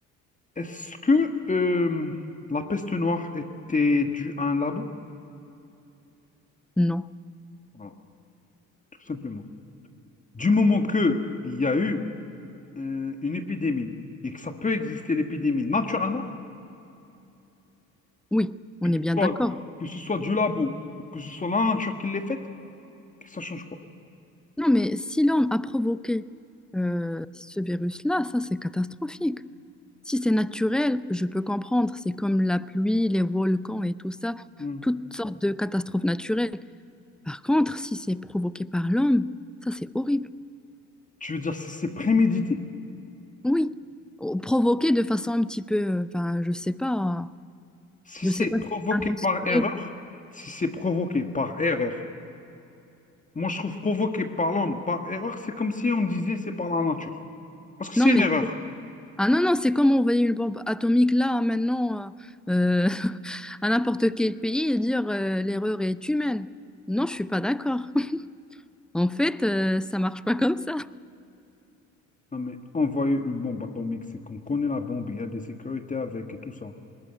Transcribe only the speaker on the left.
Est-ce que euh, la peste noire était due à un labo?
Voilà, tout simplement. Du moment que il y a eu euh, une épidémie et que ça peut exister l'épidémie naturellement,
que ce
soit,
que ce soit du labo ou que ce soit la nature qui l'ait faite, que ça change quoi?
Mhm.
Tu veux dire si c'est prémédité,
si
c'est
provoqué
par erreur, si c'est provoqué par erreur Moi, je trouve provoqué par l'homme par erreur, c'est comme si on disait c'est par la nature. Parce que
c'est
une erreur.
Non, mais envoyer une bombe atomique, c'est qu'on connaît la bombe, il y a des sécurités avec et tout ça.